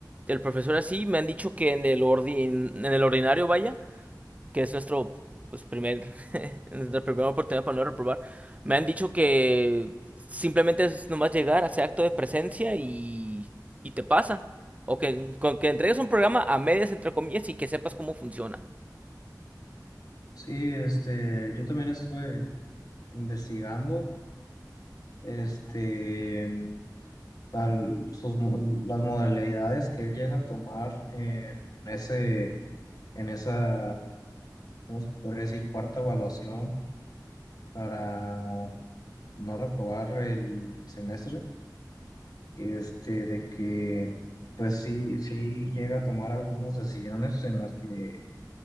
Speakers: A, on the right; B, on the left.
A: el profesor así, me han dicho que en el, ordi- en el ordinario, vaya, que es nuestro pues, primer, <laughs> nuestra primera oportunidad para no reprobar, me han dicho que simplemente es nomás llegar, hacer acto de presencia y, y te pasa. O que, con que entregues un programa a medias, entre comillas, y que sepas cómo funciona.
B: Sí, este, yo también estuve investigando este, al- sus mo- las modalidades que él llega a tomar en ese, en esa, ¿cómo se podría decir? Cuarta evaluación para no reprobar el semestre, este, de que pues sí, sí llega a tomar algunas decisiones en las que,